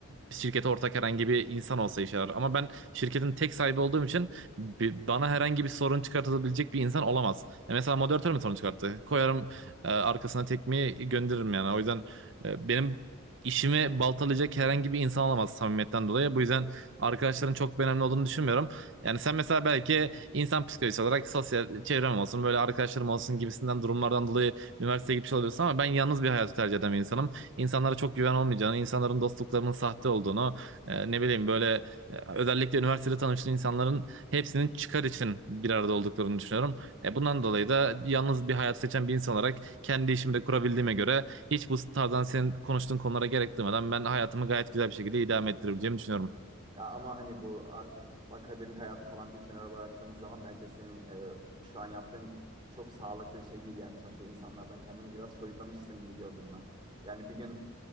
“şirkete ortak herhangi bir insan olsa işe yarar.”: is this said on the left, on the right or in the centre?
Right